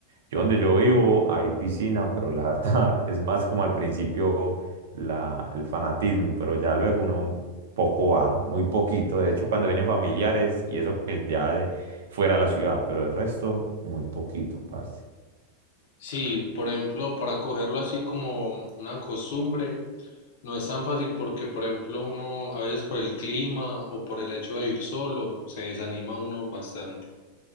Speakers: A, on the right; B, on the left.
A: Yo donde yo vivo hay piscina, pero la verdad <laughs> es más como al principio la, el fanatismo, pero ya luego uno poco va, muy poquito. De hecho, cuando vienen familiares y eso que ya de- fuera de la ciudad, pero el resto, muy poquito, parce.
B: Sí, por ejemplo, para cogerlo así como una costumbre, no es tan fácil porque, por ejemplo, uno a veces por el clima o por el hecho de ir solo, se desanima uno bastante.